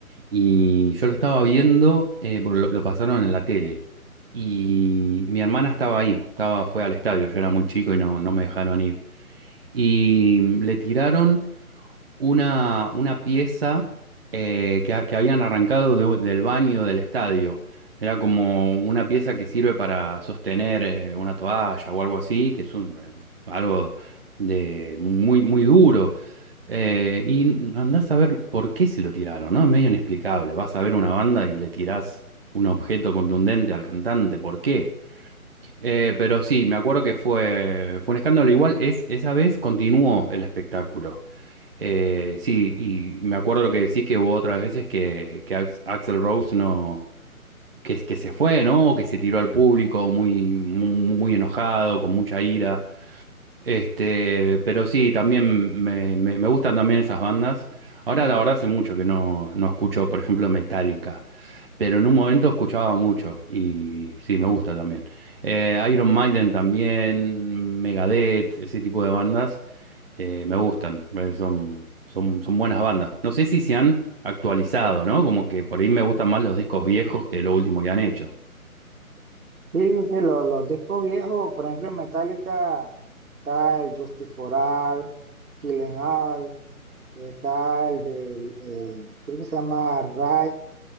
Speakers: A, on the right; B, on the right.
A: y yo lo estaba viendo, eh, porque lo, lo pasaron en la tele y mi hermana estaba ahí, estaba, fue al estadio, yo era muy chico y no, no me dejaron ir. Y le tiraron una, una pieza eh, que, ha- que habían arrancado de- del baño del estadio. Era como una pieza que sirve para sostener eh, una toalla o algo así, que es un, eh, algo de muy, muy duro. Eh, y andás a ver por qué se lo tiraron, ¿no? Es medio inexplicable. Vas a ver una banda y le tirás un objeto contundente al cantante, ¿por qué? Eh, pero sí, me acuerdo que fue, fue un escándalo. Igual es, esa vez continuó el espectáculo. Eh, sí, y me acuerdo lo que decís que hubo otras veces que, que Ax- Axl Rose no, que, es- que se fue, ¿no? O Que se tiró al público muy, muy, muy enojado, con mucha ira. Este, pero sí, también me, me- me gustan también esas bandas. Ahora la verdad hace mucho que no, no escucho, por ejemplo, Metallica pero en un momento escuchaba mucho y sí, me gusta también. Eh, Iron Maiden también, Megadeth, ese tipo de bandas eh, me gustan, eh, son, son, son buenas bandas. No sé si se han actualizado, ¿no? Como que por ahí me gustan más los discos viejos que lo último que han hecho.
B: Sí, sí, sí, lo- los, discos viejos, por ejemplo, en Metallica está el Justice for All, Killing All, está el del, eh, creo que se llama Ride,